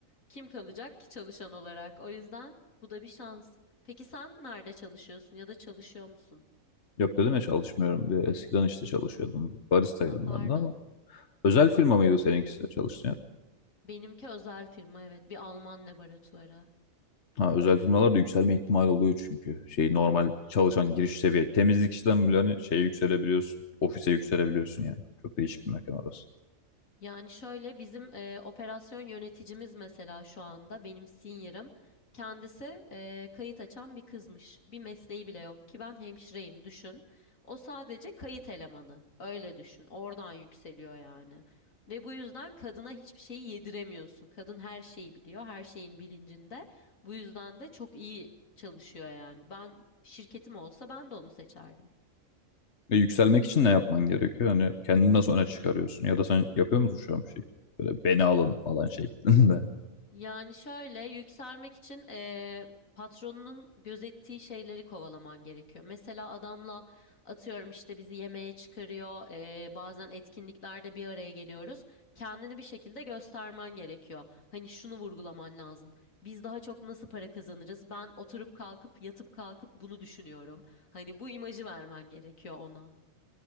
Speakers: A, on the left; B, on the left.
A: kim kalacak ki çalışan olarak? O yüzden bu da bir şans. Peki sen nerede çalışıyorsun ya da çalışıyor musun?
B: Yok dedim ya çalışmıyorum diye. Eskiden işte çalışıyordum. Baristaydım
A: Ha pardon.
B: ben de ama. Özel firma mıydı seninkisi çalıştığın yer?
A: Benimki özel firma evet, bir Alman laboratuvarı.
B: Ha, özel firmalarda yükselme ihtimali oluyor çünkü. Şey normal çalışan giriş seviye. Temizlik işten bile hani şeye yükselebiliyorsun. Ofise yükselebiliyorsun yani. Çok değişik bir mekan orası.
A: Yani şöyle bizim e, operasyon yöneticimiz mesela şu anda benim senior'ım kendisi e, kayıt açan bir kızmış. Bir mesleği bile yok ki ben hemşireyim düşün. O sadece kayıt elemanı öyle düşün oradan yükseliyor yani. Ve bu yüzden kadına hiçbir şeyi yediremiyorsun. Kadın her şeyi biliyor her şeyin bilincinde. Bu yüzden de çok iyi çalışıyor yani. Ben şirketim olsa ben de onu seçerdim.
B: Ve yükselmek için ne yapman gerekiyor? Hani kendini nasıl öne çıkarıyorsun? Ya da sen yapıyor musun şu an bir şey? Böyle beni alın falan şeklinde. <laughs>
A: Yani şöyle yükselmek için eee, patronunun gözettiği şeyleri kovalaman gerekiyor. Mesela adamla atıyorum işte bizi yemeğe çıkarıyor, eee, bazen etkinliklerde bir araya geliyoruz. Kendini bir şekilde göstermen gerekiyor. Hani şunu vurgulaman lazım. Biz daha çok nasıl para kazanırız? Ben oturup kalkıp yatıp kalkıp bunu düşünüyorum. Hani bu imajı vermen gerekiyor ona.